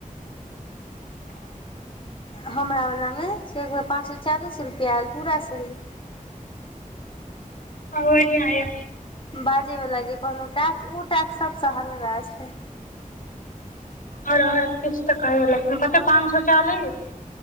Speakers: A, on the left (about 65°); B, on the left (about 40°).
A: <inaudible>
B: हमरा वला मे पाँच सए चालीस रुपआ आयल पूरा सही
A: आ ओ बढिया यै
B: बाजे वाला जे कहलहु टास्क ओ टास्क सबसँ हलका छै
A: आओर आर किछ तऽ कहे वला छलौं कते पांच सए चालिस